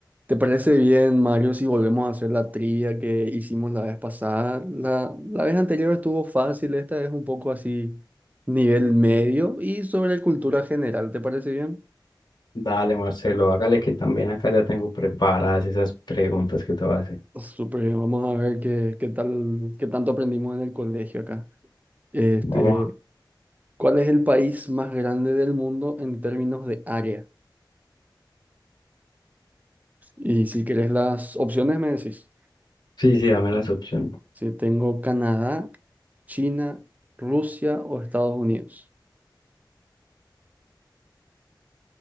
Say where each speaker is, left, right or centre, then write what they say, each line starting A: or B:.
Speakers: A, on the right; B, on the left.
A: ¿Te parece bien, Mario, si volvemos a hacer la trivia que hicimos la vez pasada? La, la vez anterior estuvo fácil, esta es un poco así, nivel medio y sobre cultura general, ¿te parece bien?
B: Dale, Marcelo, hágale que también acá ya tengo preparadas esas preguntas que te voy a hacer.
A: Súper bien, vamos a ver qué, qué tal, qué tanto aprendimos en el colegio acá. Este,
B: Vamos.
A: ¿cuál es el país más grande del mundo en términos de área? Y si querés las opciones me decís,
B: Sí, sí, dame las opciones.
A: si tengo Canadá, China, Rusia o Estados Unidos.